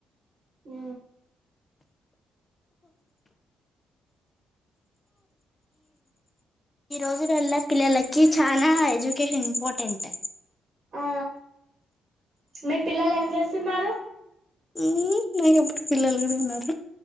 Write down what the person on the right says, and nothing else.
ఊ
ఆ మీ పిల్లలు ఏం చేస్తున్నారు.